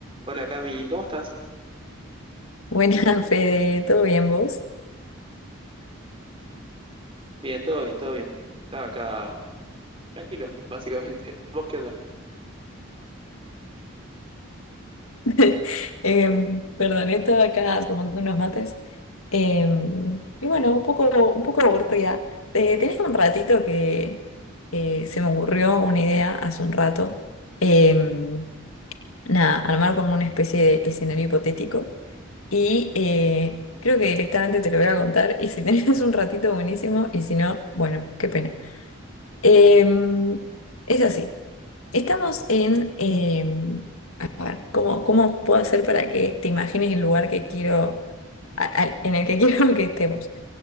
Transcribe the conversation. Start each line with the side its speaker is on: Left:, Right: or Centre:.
Right: Hola Cami, ¿cómo estás?
Left: Buena, <laughs> Fede, ¿todo bien vos?
Right: Bien, todo bien, todo bien. Estaba acá tranquilo, básicamente. <laughs> ¿Vos qué onda?
Left: <laughs> Em, perdón, estaba acá tomando unos mates. Em, y bueno, un poco, un poco aburrida. Eh, tenés un ratito que eh, se me ocurrió una idea hace un rato. Em, nada, armar como una especie de escenario hipotético. Y eh, creo que directamente te lo voy a contar. Y si <laughs> tenés un ratito, buenísimo. Y si no, bueno, qué pena. Em, es así. Estamos en, eh, a ver, ¿cómo, cómo puedo hacer para que te imagines el lugar que quiero, a- al- en el que <laughs> quiero que estemos?